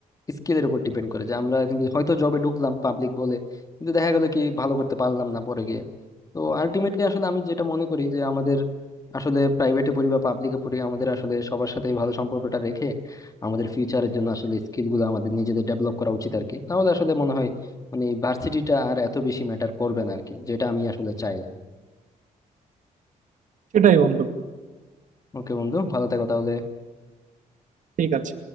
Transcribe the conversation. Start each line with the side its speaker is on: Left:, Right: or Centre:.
Left: স্কিলের উপর ডিপেন্ড করে যে আমরা কিন্তু হয়তো জবে ঢুকলাম পাবলিক বলে কিন্তু দেখা গেলো কি ভালো করতে পারলাম না পরে গিয়ে তো আলটিমেটলি আসলে আমি যেটা মনে করি যে আমাদের আসলে প্রাইভেটে পড়ি বা পাবলিকে পড়ি আমাদের আসলে সবার সাথে ভালো সম্পর্কটা রেখে আমাদের ফিউচারের জন্য আসলে স্কিল গুলো আমাদের নিজেদের ডেভেলপ করা উচিত আর কি তাহলে আসলে মনে হয় মানে ভার্সিটিটা আর এত বেশি ম্যাটার করবে না আর কি যেটা আমি আসলে চাই
Right: সেটাই বন্ধু
Left: ওকে বন্ধু ভালো থেকো তাহলে
Right: ঠিক আছে